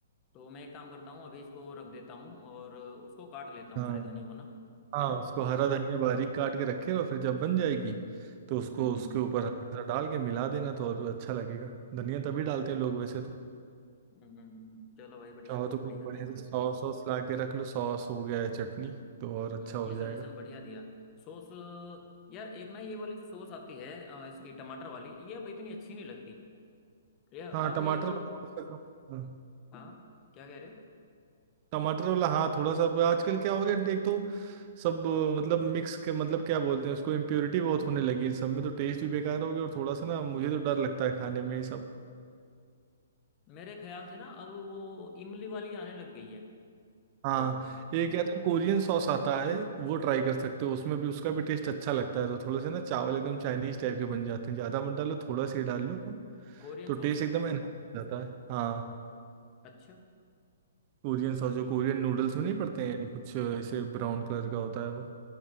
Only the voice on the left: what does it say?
तो मैं एक काम करता हूँ अभी इसको रख देता हूँ और उसको काट लेता हूँ
हरे धनिया को ना
है ना
हम्म
हम्म, हम्म, चलो भाई बढ़िया
बहुत
बढ़िया
थैंक
यू
हम्म
ये सजेशन
बढ़िया दिया सॉस यार एक ना ये वाली जो सॉस आती है अ, इसकी टमाटर वाली ये अब इतनी अच्छी नहीं लगती ये अब
एक
हाँ क्या कह रहे
मेरे ख्याल से ना अब वो इमली वाली आने लग गई है
सॉस
Korean
sauce
अच्छा